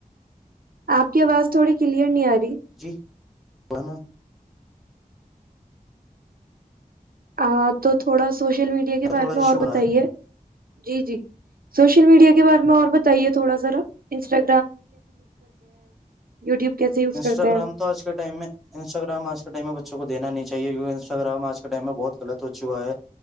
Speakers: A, on the right; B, in the centre.
A: آ کی آواز تھوڑی کلیئر نہیں آ رہی
B: جی بنو
A: ا تو تھوڑا سوشل میڈیا کے
B: تھوڑا
A: بارے
B: ایشو
A: میں اور
B: ہو
A: بتائیے
B: رہا
A: جی جی سوشل میڈیا کے بار میں اور بتائیے تھوڑا ذرا انسٹر یوٹیوب کیسے یوز
B: انسٹاگررام
A: کرتے ہیں
B: تو آج کے ٹائم میں انسٹا گرام آج کے ٹائم میں بچوں کو دینا نہیں چاہیے کیہ انسٹاگرام آج کے ٹائم میں بہت غلط ہو چکا ہے